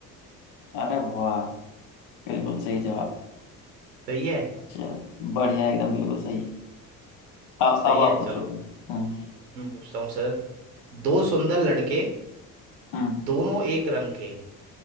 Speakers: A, on the left; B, on the right.
A: अरे वाह बिल्कुल सही जवाब
B: सही है
A: चल बढ़िया एकदम बिल्कुल सही अब
B: सही
A: अब आप
B: है
A: पूछो
B: चलो
A: कोई हम्म
B: मैं पूछता हूँ सर दो सुंदर लड़के
A: हम्म
B: दोनों एक रंग के